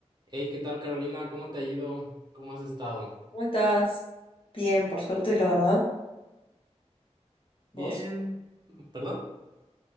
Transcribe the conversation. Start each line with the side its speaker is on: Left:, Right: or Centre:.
Right: Hey, ¿qué tal, Carolina? ¿Cómo te ha ido? ¿Cómo has estado?
Left: ¿Cómo estás? Bien, por suerte, la verdad. ¿Vos?
Right: Bien, ¿perdón?